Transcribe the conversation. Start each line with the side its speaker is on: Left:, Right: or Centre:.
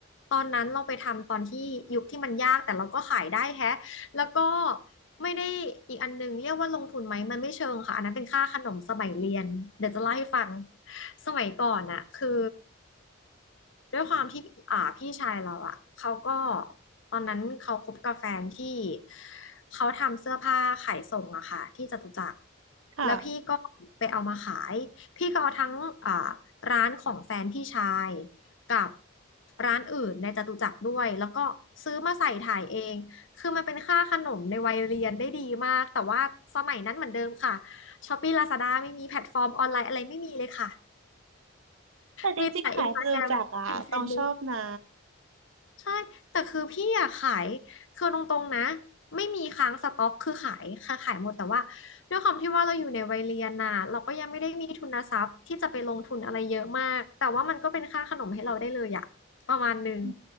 Left: ตอนนั้นเราไปทำตอนที่ยุคที่มันยากแต่เราก็ขายได้แฮะแล้วก็ไม่ได้อีกอันหนึงเรียกว่าลงทุนไหมมันไม่เชิงค่ะอันนั้นเป็นค่าขนมสมัยเรียนเดี๋ยวจะเล่าให้ฟังสมัยก่อนอะคือด้วยความที่อ่าพี่ชายเราอะเขาก็ตอนนั้นเขาคบกับแฟนที่เขาทำเสื้อผ้าขายส่งอะค่ะที่จตุจักร
Right: ค่ะ
Left: แล้วพี่ก็ไปเอามาขาย พี่ก็เอาทั้งอ่าร้านของแฟนพี่ชายกับร้านอื่นในจตุจักรด้วยแล้วก็ซื้อมาใส่ถ่ายเองคือมันเป็นค่าขนมในวัยเรียนได้ดีมากแต่ว่าสมัยนั้นเหมือนเดิมค่ะช้อปปี้ลาซาด้าไม่มีแพลตฟอร์มออนไลน์อะไรไม่มีเลยค่ะ
Right: แต่จริงๆหายไปเลยจากอ่ะต้องชอบนะ
Left: มีแต่อินสตาแกรมเฟซบุ๊ก ใช่ แต่คือพี่อยากขายคือตรงๆนะไม่มีค้างสต็อกคือขายค่ะขายหมดแต่ว่าด้วยความที่ว่าเราอยู่ในวัยเรียนน่ะเราก็ยังไม่ได้มีทุนทรัพย์ที่จะไปลงทุนอะไรเยอะมากแต่ว่ามันก็เป็นค่าขนมให้เราได้เลยอะประมาณหนึ่ง
Right: อื